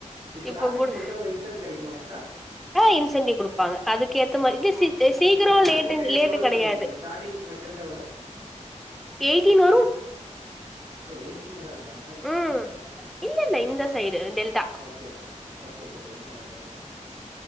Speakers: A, on the right (about 50°); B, in the centre.
A: இப்ப
B: இப்போ
A: டார்கெட்
B: குடு
A: முடிச்ச உங்க இன்சன்ட கெடைக்குமா எஸ்ட்டா
B: ஆ இன்சென்டிவ் குடுப்பாங்க அதுக்கு ஏத்த மாரி இது
A: ஓ
B: சீக் சீக்கிரம்
A: இப்ப சேலரி
B: லேட்டு
A: பேஸ்
B: லேட்டு
A: எவ்ளோ
B: கடையாது
A: பண்ணிருக்காங்க ஸ்டார்டிங் ஃப்ரெஷர்லா எவ்ளோ
B: எயிட்டின் வரு
A: உங்க சே ஓ எயிட்டின் தராங்ளா
B: ம் இல்ல இல்ல இந்த side delta
A: okay okay okay okay delta மோட ஓகே